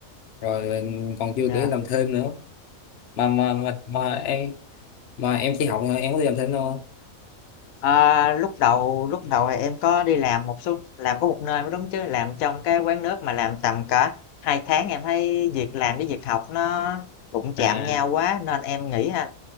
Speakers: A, on the left; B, on the left.
A: rồi ờ, còn chưa
B: yeah.
A: kể làm thêm nữa mà mà mà, mà em mà em chỉ học thôi, em có đi làm thêm đâu không?
B: Ờ, lúc đầu lúc đầu thì em có đi làm một số làm có một nơi mới đúng chứ làm trong cái quán nước mà làm tầm cả hai tháng em thấy việc làm với việc học nó đụng chạm
A: à
B: nhau quá nên em nghĩ ha